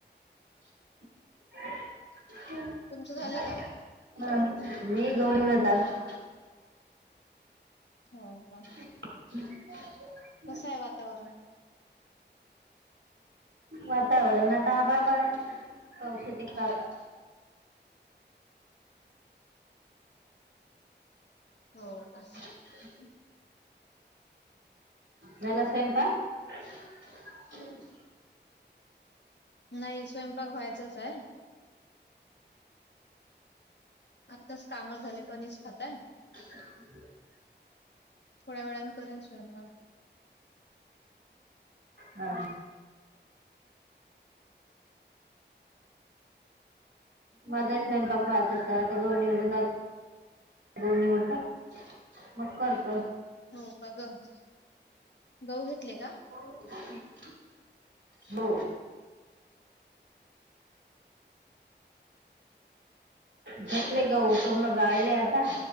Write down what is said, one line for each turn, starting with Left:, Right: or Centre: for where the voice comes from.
Right: हा म, मी
Left: तुमचे झाले का?
Right: गहु निवडता
Left: हं का
Right: <unintelligible>
Left: कसं हाय वातावरण
Right: वातावरण आता आभाळ बर, <inaudible> पाऊस येतंय की काय आता.
Left: हो का.
Right: ह <unintelligible> झाला स्वयंपाक <unintelligible>
Left: नाही स्वयंपाक व्हायचाच हाय आत्ताच कामं झाले कणीस खाताय
Right: <unintelligible>
Left: थोड्या वेळानं करेन स्वयंपाक
Right: हा माझा हि स्वयंपाक व्हायचा आता गहू निवडते गहु निवडता मग करतो
Left: हो का गं गहु घेतले का
Right: <unintelligible> हो घेतले गहु पूर्ण गाळले आता